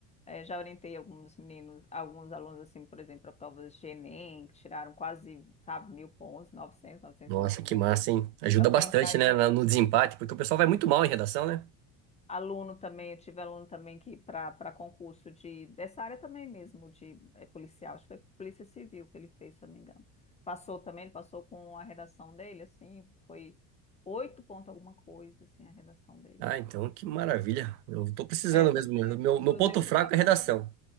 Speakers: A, on the left (about 15°); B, on the right (about 80°).
A: eh, já orientei alguns meninos, alguns alunos, assim, por exemplo, para provas de Enem, que tiraram quase, sabe, mil pontos, 900, 900
B: Nossa,
A: alguma coisa.
B: que massa, hein? Ajuda
A: Também
B: bastante,
A: para
B: né, na- no desempate, porque o pessoal vai muito mal em redação, né?
A: Aluno também, eu tive aluno também que para para concurso de dessa área também mesmo, de eh, policial, acho que foi Polícia Civil que ele fez, se eu não me engano. Passou também, ele passou com a redação dele, assim, foi oito ponto alguma coisa, assim, a redação dele.
B: Ah, então que maravilha. Eu tô precisando
A: É, pois
B: mesmo. Meu,
A: é.
B: meu
A: Inclusive
B: meu ponto fraco
A: ele está
B: é
A: fazendo,
B: redação.